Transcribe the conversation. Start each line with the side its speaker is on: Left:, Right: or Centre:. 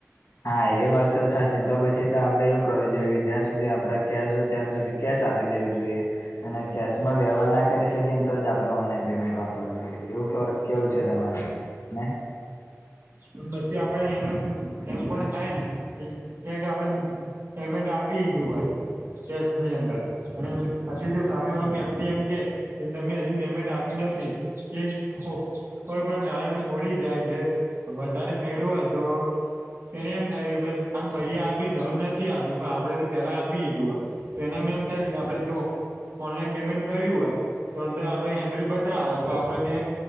Left: હા એ વાત તો સાચી તો પછી તો આપડે એવું કરવું જોઈએ કે જ્યાં સુધી આપડા કેસ હો ત્યાં સુધી કેશ આપી દેવું જોઈએ, અને કેશમાં વ્યવહાર ના કરી કે તો જ આપણે ઓનલાઈન પેમેન્ટ વાપરવું જોઈએ એવું કેવું છે તમારું ને?
Right: પણ પછી આપડ એમ એમ પણ થાય ને, કે આપડે પેમેન્ટ આપી દીધું હોય, કેસની અંદર. અને પછી જો સામે વાળા વ્યક્તિ એમ કે, એમ તમે હજી પેમેન્ટ આપ્યું નથી. એ કોઈ પણ કારણ થી ભૂલી જાય કે વધારે મેળવું હોય તો એને એમ થાય કે ભાઈ આમ ભાઈયા આપ્યું તમે નથી આપ્યું આપડે તો પેલા આપી દીધું હોય. તો એનામાં એમ થાય આપડે જો ઓનલાઈન પેમેન્ટ કર્યું હોય તો અંદર આપણે એન્ટ્રી બતાવે તો આપડને